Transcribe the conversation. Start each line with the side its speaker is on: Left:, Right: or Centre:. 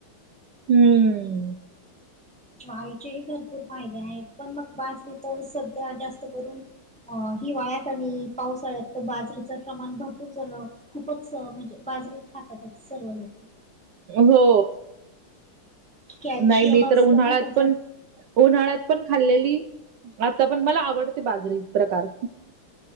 Right: हम्म.
Centre: ज्वारीचेही भरपूर फायदे आहेत. पण मग बाजरी तर सध्या जास्त करून अ हिवाळ्यात आणि पावसाळ्यात तर, बाजरीचं प्रमाण भरपूर जणं खूपच म्हणजे, बाजरी खातातच. सर्व लोक.
Right: हो.
Centre: कॅल्शियम
Right: नाही, मी तर
Centre: असतं
Right: उन्हाळ्यात
Centre: ना त्याच्यात
Right: पण. उन्हाळ्यात पण खाल्लेली. आता पण मला आवडते बाजरी, प्रकार.